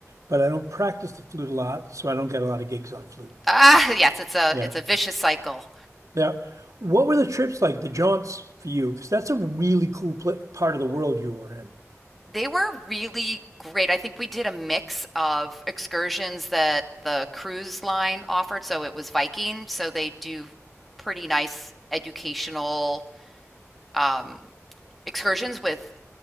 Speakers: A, on the right; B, in the centre.
A: but I don't practice the flute a lot, so I don't get a lot of gigs on flute.
B: Ah, <laughs> yes, it's a
A: Yeah.
B: it's a vicious cycle.
A: Yeah. What were the trips like, the jaunts for you? Because that's a really cool pl part of the world you were in.
B: They were really great. I think we did a mix of excursions that the cruise line offered. So it was Viking. So they do pretty nice educational um, excursions with